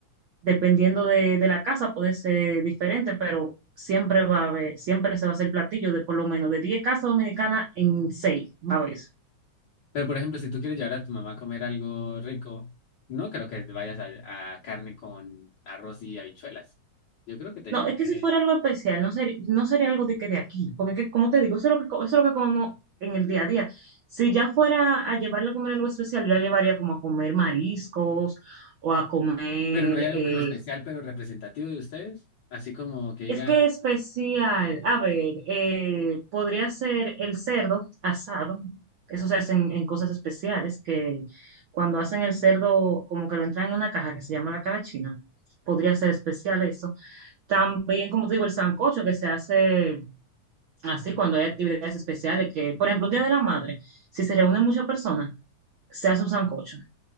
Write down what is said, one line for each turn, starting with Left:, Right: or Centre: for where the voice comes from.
Right: Dependiendo de, de la casa puede ser diferente, pero siempre va a haber, siempre se va a hacer platillo de por lo menos de 10 casas dominicanas en 6 va a haber.
Left: Pero, por ejemplo, si tú quieres llevar a tu mamá a comer algo rico, no creo que te vayas a, a carne con arroz y habichuelas. Yo creo que te...
Right: No,
Left: lle-
Right: es que
Left: Sí.
Right: si fuera algo especial, no sería, no sería algo de que de aquí, porque que, como te digo, eso es lo que, co- eso es lo que comemos en el día a día. Si ya fuera a llevarla a comer algo especial, yo la llevaría como a comer mariscos o a comer,
Left: Pero no hay algo
Right: eh,
Left: como especial, pero representativo de ustedes. Así como que diga,
Right: es que especial, a ver, eh, podría ser el cerdo asado, eso se hace en, en cosas especiales, que cuando hacen el cerdo como que lo entran en una caja que se llama la caja china, podría ser especial eso. También, como te digo, el sancocho que se hace Así, cuando hay actividades especiales, que, por ejemplo, un Día de la Madre, si se reúnen muchas personas, se hace un sancocho.